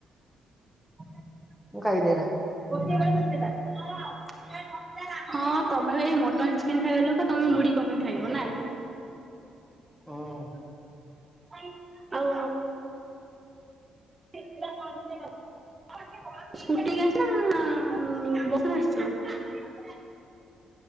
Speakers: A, on the right; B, in the centre.
A: <inaudible>
B: ମୁଁ ଖାଇବିନି ଏରା।
A: <inaudible> ଗୋଟିଏ ବେଳ କଥିଲେେ ତ ହଁ ତମେ ଏଇ ମଟନ୍ ଚିକେନ୍ ଖାଇବା ଲୋକ ତମେ ମୁଡ଼ି କଣ ପାଇଁ ଖାଇବ ନା
B: ହଁ।
A: <inaudible> ଆଉ ସ୍କୁଟିସ ନା <inaudible> କେ ଆସଛ <inaudible>